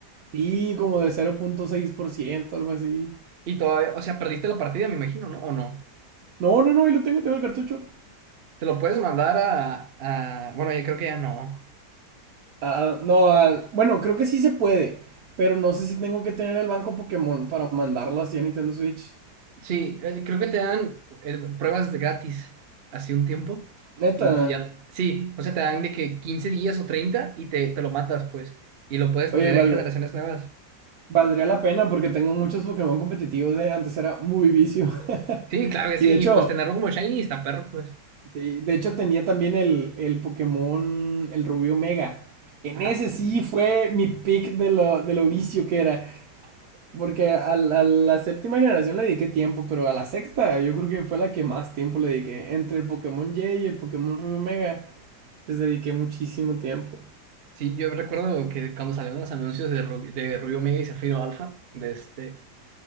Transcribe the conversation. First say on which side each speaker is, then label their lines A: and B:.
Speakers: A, on the right; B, on the right.
A: Sí, como de cero punto seis por ciento algo así.
B: Y todavía, o sea, perdiste la partida, me imagino, ¿no? ¿O no?
A: No, no, no, ahí lo tengo, tengo el cartucho.
B: Te lo puedes mandar a, a- Bueno, yo creo que ya no.
A: Ah, ah, no, ah, bueno, creo que sí se puede. Pero no sé si tengo que tener el banco Pokémon para mandarlo así a Nintendo Switch.
B: Sí, eh, creo que te dan eh, pruebas de gratis hace un tiempo
A: Neta,
B: y te ya... Sí, o sea, te dan de que 15 días o 30 y te, te lo matas, pues. Y lo puedes
A: oye,
B: tener
A: val-
B: en generaciones nuevas.
A: valdría la pena porque tengo muchos Pokémon competitivos, eh. Antes era muy vicio. <laughs>
B: Sí, claro que sí.
A: Y de
B: Y
A: hecho,
B: pues tenerlo como shiny está perro, pues.
A: sí, de hecho tenía también el, el Pokémon, el Rubio Mega. En
B: Ajá.
A: ese sí fue mi pick de lo, de lo vicio que era. Porque a, la a la séptima generación le dediqué tiempo, pero a la sexta yo creo que fue la que más tiempo le dediqué. Entre el Pokémon Y y el Pokémon Rubio Mega, les dediqué muchísimo tiempo.
B: Sí, yo recuerdo que cuando salieron los anuncios de, Ru- de Rubio Omega y Zafiro Alpha, de este...